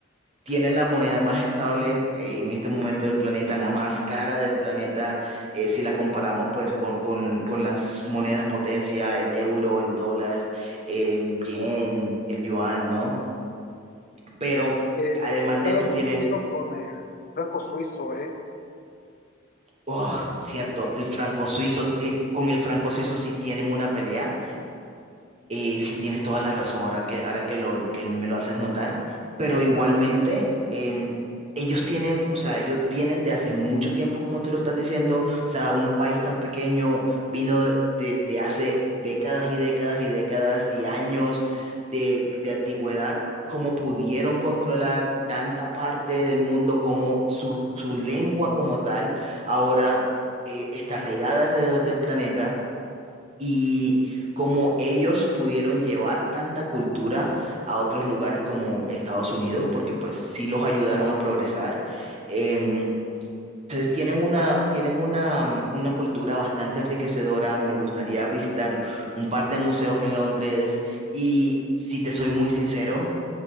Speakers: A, on the right; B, on the left.
A: tienen la moneda más estable eh, en este momento del planeta, la más cara del planeta, eh, si la comparamos pues con, con, con las monedas potencia, el euro, el dólar, el yen, el yuan, ¿no? pero
B: Eh,
A: además
B: se está
A: de esto
B: dando
A: tiene,
B: un tiro con el franco suizo, ¿eh?
A: oh, cierto, el franco suizo, eh, con el franco suizo sí tienen una pelea. Eh, sí tienes toda la razón ahora que, ahora que, lo, que me lo haces notar, pero igualmente em, ellos tienen, o sea, ellos vienen de hace mucho tiempo, como tú lo estás diciendo, o sea, un país tan pequeño vino desde hace décadas y décadas y décadas y años de, de antigüedad, cómo pudieron controlar tanta parte del mundo como su, su lengua como tal ahora eh, está regada alrededor del planeta y como ellos pudieron llevar tanta cultura a otros lugares como Estados Unidos, porque pues sí los ayudaron a progresar, em, entonces tienen una, tienen una, mm, una cultura bastante enriquecedora. Me gustaría visitar un par de museos en Londres y si te soy muy sincero,